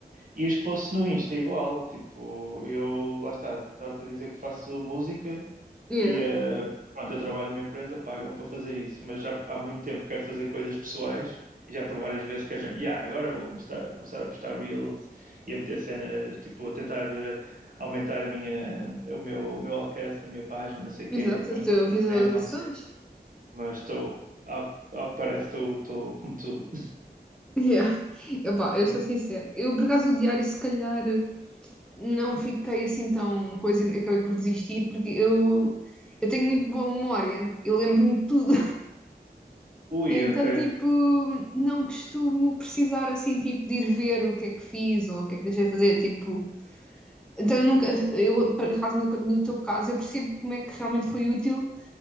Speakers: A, on the right; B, in the centre.
A: E os posts no Insta é igual, tipo, eu lá está, estava-te a dizer que faço música
B: Yeah.
A: e eh, pronto, eu trabalho numa empresa, pagam-me para fazer isso, mas já há muito tempo quero fazer coisas pessoais e já por várias vezes que a gente, yeah, agora vou começar, começar a postar reels e a meter cenas, tipo, a tentar. eh, Aumentar a minha, o meu, o meu alcance na minha página, não sei o
B: Exato,
A: quê, mas
B: as
A: pronto,
B: tuas
A: não
B: visualizações.
A: tem acontecido mas estou, ao, ao que parece, estou, estou como tu.
B: Yeah. Epá,
A: Uhum.
B: eu sou sincera. Eu, por acaso, o diário, se calhar, não fiquei assim tão coisa e acabei por desistir, porque eu, eu tenho muito boa memória. Eu lembro-me de tudo.
A: Ui,
B: E então,
A: ok.
B: tipo, não costumo precisar assim, tipo, de ir ver o que é que fiz ou o que é que deixei de fazer, tipo, então eu nunca, eu, por acaso, no, no teu caso, eu percebo como é que realmente foi útil